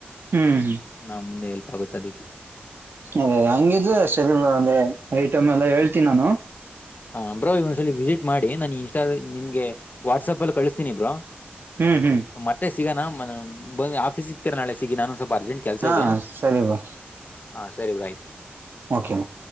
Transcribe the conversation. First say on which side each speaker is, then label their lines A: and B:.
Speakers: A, on the right (about 70°); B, on the left (about 50°).
A: ಹ್ಮ್ ಹ್ಮ
B: ನಮ ನೆ ಎಲ್ಪ್ ಆಗುತ್ತೆ ಅದಕ್ಕೆ
A: ಅದ ಹಂಗಿದ್ರೆ ಐಟಮ್ ಎಲ್ಲ ಹೇಳ್ತೀನಿ ನಾನು
B: ಹಾ ಬ್ರೋ ಇ ಒಂದ್ಸಲಲಿ ವಿಸಿಟ್ ಮಾಡಿ ನನ್ ಇನ್ಸ್ಟ ನಿಮ್ಗೆ ವಾಟ್ಸಾಪ್ ಅಲ್ಲಿ ಕಳಿಸ್ತಿನಿ ಬ್ರೋ
A: ಹ್ಮ್ ಹ್ಮ್
B: ಮತ್ತೆ ಸಿಗೋಣ ಬ ಆಫೀಸ ಇಗ್ತೀರಾ ನಾಳೆ ಸಿಗಿ ನಾನುಂದು ಸ್ವಲ್ಪ ಅರ್ಜೆಂಟ್ ಕೆಲಸ
A: ಹಾ
B: ಇದೆ
A: ಸರಿ ಬ್ರೋ
B: ಹಾ ಸರಿ ಬಿಡ ಆಯತು
A: ಓಕೆ ಮ